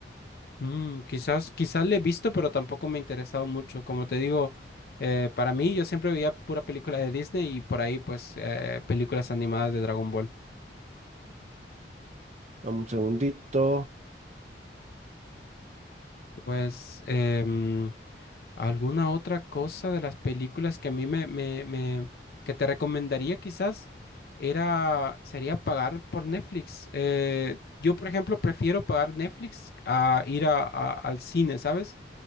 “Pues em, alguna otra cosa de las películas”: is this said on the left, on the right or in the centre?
Left